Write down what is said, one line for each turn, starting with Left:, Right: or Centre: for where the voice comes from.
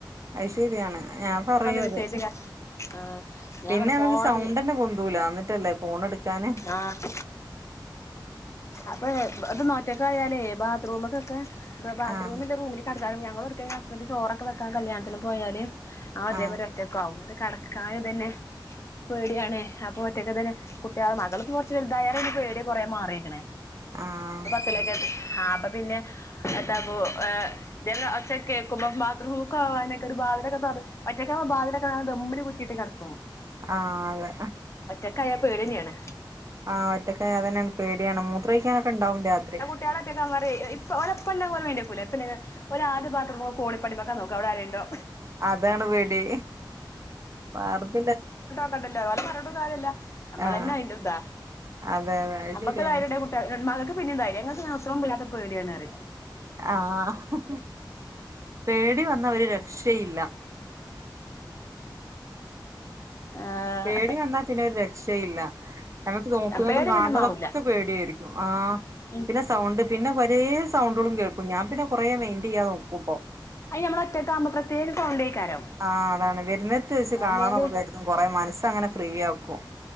Right: അയ് ശെര്യാണ് ഞാൻ പറയു
Left: വിസേച്ച്
Right: അത്.
Left: ആഹ് ഞാൻ
Right: പിന്നമ്മക്ക്
Left: പറ ഫോണൊന്ന്
Right: സൗണ്ടന്നെ പൊന്തുല്ല ന്നട്ടല്ലേ ഫോണെട്ക്കാന്.
Left: ആഹ് അപ്പൊ ബ ഇത് നൊറ്റക്കായാലേ ബാത്റൂമ്ക്കൊക്കെ ബ ബാത്റൂമില്ലേ
Right: ആഹ്
Left: റൂമില് കടക്കാനും ഞങ്ങളൊട്ക്കെ ഹസ്ബെൻഡ് ചോറൊക്കെ വെക്കാൻ കല്യാണത്തിന് പോയാല് അതെന്നൊരൊറ്റ
Right: ആഹ്
Left: കൗണ്ട് കടക്കാന് തെന്നെ പേട്യാണ് അപ്പൊ ഒറ്റക്ക് തെന്നെ കുട്ട്യേള് മകള്‌പ്പൊ കൊർച്ച് വെൽതായാരെ പിന്നെ പേടി കൊറേ മാറീക്ക് ണ്.
Right: ആഹ്
Left: <unintelligible> ആപ്പൊ പിന്നെ എത്തപ്പോ ഏഹ് ന്തെ ഒച്ച കേക്കുമ്പം ബാത്റൂമ്ക്കോവാനൊക്കൊര് ബാതിലൊക്കെ തൊറ ഒറ്റക്കാവുമ്പം ബാതിലൊക്കെ നല്ല ദമ്മില് കുറ്റിട്ട് കട ക്കും
Right: ആഹ് അതെ
Left: ഒറ്റക്കായാ പേട്യെന്നെണ്.
Right: ആഹ് ഒറ്റക്കായ അതെന്നെണ് പേട്യാണ് മൂത്രയ്ക്കാനൊക്കെണ്ടാവും രാത്രി.
Left: ട്ട്യാളോറ്റക്കാവുമ്പോ പറ്യേ എഹ് ഇപ്പോ ഒലെപ്പണ്ടെ ഓല് മൈൻൻ്റെകുല <unintelligible> ഓലാദ്യ ബാത്രൂമ് കോണിപ്പടിമക്കാ നോക്ക അവടാരേണ്ടോ.
Right: അതാണ് പേടി വാർപ്പിൻ്റെ
Left: ക്കണ്ടെല്ലോ ഓലെ പർഞ്ഞിട്ടും കാര്യല്ല അമ്മളന്നയ്ണ്ടും
Right: ആഹ്
Left: താ
Right: അതെ അതെ അത്
Left: അമ്മക്ക്
Right: ശരിയാണ്
Left: ധൈര്യണ്ടേ കു <unintelligible> മകക്ക് പിന്നിം ധൈര്യാ ഇങ്ങക് ഉസ്റും പുളില്ലാത്ത പേട്യാണ് റി
Right: ആഹ് പേടി വന്ന ഒര് രക്ഷയില്ല.
Left: ആഹ്
Right: പേടി വന്നാ പിന്നെ ഒരു രക്ഷയില്ല. ഞമക്ക് നോക്ക്ണതും
Left: പേടി
Right: കാണ്
Left: പിന്നെ
Right: ണതൊക്കെ
Left: മാറൂല
Right: പേട്യായിരിക്കും ആഹ്
Left: ഉം
Right: പിന്നെ സ് സൗണ്ട് പിന്നെ കൊരേ സൗണ്ടളും കേൾക്കും ഞാൻ പിന്നെ കൊറേ മെയിന്റെയ്യാതെ നിക്കുട്ടോ
Left: അയ് ഞമ്മളൊറ്റക്കാവുമ്പോ പ്രത്യേക സൗണ്ടേക്കാരം.
Right: ആഹ് അതാണ് വെര്ന്നത്ത് വെച്ച് കാണാന്നൊക്ക
Left: അല്ലെങ്കി
Right: കര്തും കൊറെ മനസ്സങ്ങനെ ഫ്രീയാക്കും.